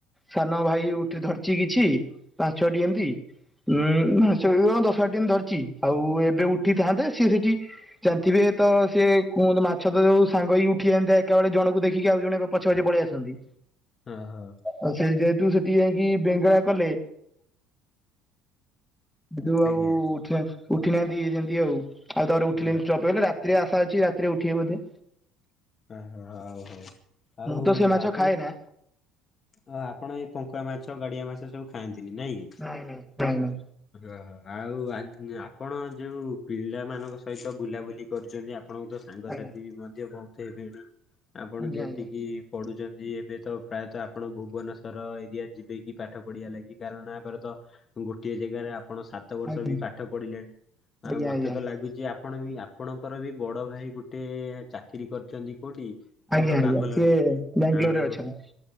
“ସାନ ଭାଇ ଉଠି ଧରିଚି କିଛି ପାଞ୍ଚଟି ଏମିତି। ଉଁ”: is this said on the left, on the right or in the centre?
Centre